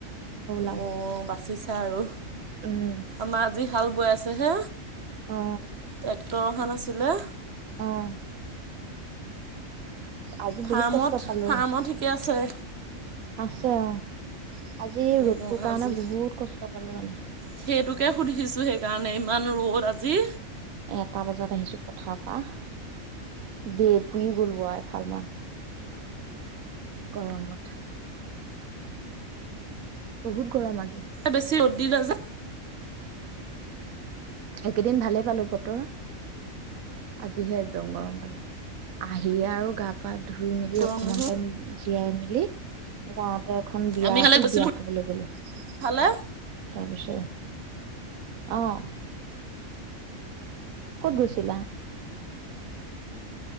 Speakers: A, on the right (about 85°); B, on the right (about 55°).
A: হ'বলা
B: অ', বাচিছা আৰু।
A: উম।
B: আমাৰ আজি হাল বোৱাইছেহে,
A: অ
B: টেক্টৰ অহা নাছিলে।
A: অ'। আজি
B: ফাৰ্মত,
A: বহুত কষ্ট পালো
B: ফাৰ্মত থিকে আছে?
A: আছে অ', আজি
B: উম,
A: ৰ'দটো কাৰণে
B: আজি
A: বহুত কষ্ট পালো মানে।
B: সেইটোকে সুধিছোঁ সেইকাৰণে, ইমান ৰ'দ আজি।
A: এটা বজাত আহিছো পথাৰ পৰা দেৰি পুৰি গলো এ ফাল মান। গৰমত। বহুত গৰম আজি।
B: বেছি ৰ'দ দিলে যে
A: একেদিন ভালেই পালোঁ বতৰ। আজিহে একদম গৰম পালো আহি আৰু গা-পা ধুই মেলি
B: গৰম
A: অকমান
B: নহয়।
A: টাইম জীয়াই মেলি গাঁৱতে এখন বিয়া
B: আমি
A: আছিল,
B: কালি গৈছিলোঁ
A: বিয়া বুলি গ'লো। তাৰপিছত
B: ফালে
A: অ'। ক'ত গৈছিলা?